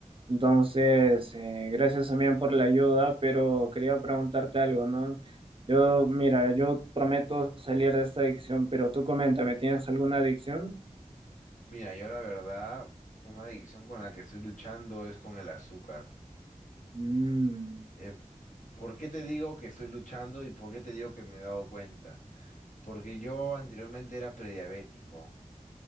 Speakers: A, on the right; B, on the left.
A: Entonces, eh, gracias también por la ayuda, pero quería preguntarte algo, ¿no? Yo, mira, yo prometo salir de esta adicción, pero tú coméntame, ¿tienes alguna adicción?
B: Mira, yo la verdad, una adicción con la que estoy luchando es con el azúcar.
A: Mm,
B: Eh, ¿por qué te digo que estoy luchando y por qué te digo que me he dado cuenta? Porque yo anteriormente era prediabético.